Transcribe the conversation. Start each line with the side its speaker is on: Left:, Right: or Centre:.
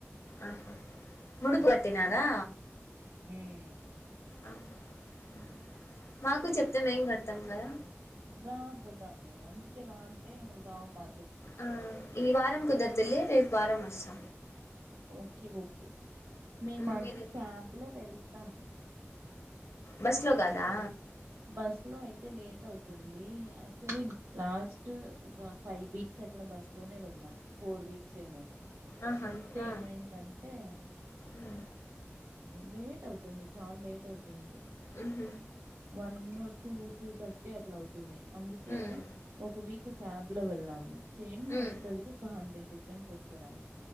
Left: ఆహా ముడుపు
Right: మ్మ్
Left: కట్టినారా
Right: మ్మ్
Left: ఆహాహా మాకు చెప్తాం ఏం కడతాం కదా
Right: రా పోదాము అందుకే రాన్ంటే నువ్వు రావ మా
Left: ఆ ఈ వారం కుదరదులే రేపు వారం వస్తా
Right: ఒకే ఒకే మేము
Left: ఉమ్
Right: అది
Left: మీరు
Right: క్యాబ్ లో వెళ్తాం
Left: బస్ లో కాదా
Right: బస్ లో అయితే లేట్ అవుతుంది సరలాస్ ఒక ఫైవ్ వీక్స్ అట్లా బస్ లోనే వెళ్ళం ఫోర్ వీక్స్ ఏమో
Left: ఆహా
Right: వెళ్తే
Left: ఆ
Right: ఏమైంతంటే
Left: ఉమ్
Right: లేట్ అవుతుంది చాలా లేట్ అవుతుంది
Left: అమ్
Right: వన్ టూ టూ థర్టీ అట్లా అవుతుంది అందుకే
Left: ఉమ్
Right: ఒక వీక్ క్యాబ్ లో వెళ్ళాము సేమ్ వస్తుంది
Left: ఉమ్
Right: ఒక హండ్రెడ్ డిఫరెంట్ వస్తుా